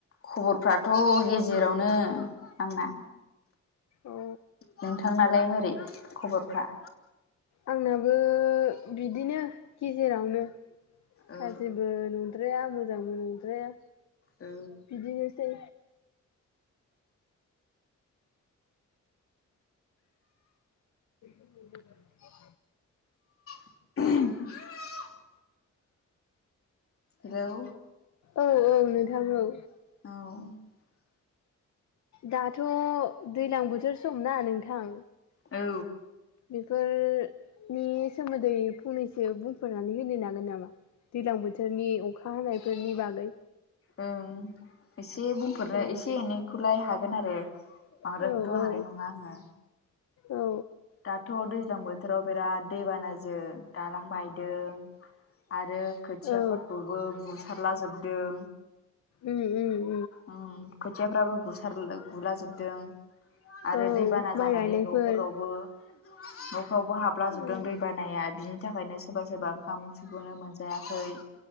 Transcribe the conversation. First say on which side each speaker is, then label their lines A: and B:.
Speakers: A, on the left (about 45°); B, on the left (about 65°).
A: खबरफ्राथ' गेजेरावनो आंना
B: औ
A: नोंथांनालाय मोरै खबरफ्रा?
B: आंनाबो बिदिनो गेजेरावनो
A: औ
B: गाज्रिबो नं- -द्राया मोजांबो नंद्राया
A: औ
B: बिदिनोसै <inaudible>
A: <inaudible> हेलौ
B: औ औ नोंथां औ
A: औ
B: दाथ' दैज्लां बोथोर सम ना नोंथां
A: औ
B: बेफोरनि सोमोन्दै फंनैसो बुंफोरनानै होनो हागोन नामा? दैज्लां बोथोरनि अखा हानायफोरनि बागै
A: ओं एसे बुंफोरनो
B: औ
A: एसे एनैखौलाय हागोन आरो बांद्रायखौथ'
B: औ औ
A: हानाय नङा आङो
B: औ
A: दाथ' दै दैज्लां बोथोराव बिराद दैबानाजों दालां बायदों आरो खोथियाफोरखौबो
B: औ
A: बुसारलाजोबदों
B: उम‌ उम
A: उम खोथियाफ्राबो गुसार गुलाजोबदों आरो
B: औ
A: दैबाना
B: माइ
A: जानानै
B: गायनायफोर
A: न'फोरावबो न'फ्रावबो हाबलाजोबदों
B: उम
A: दैबानाया बिनि बिनि थाखायनो सोरबा सोरबा ओंखामखौनो मोनजायाखै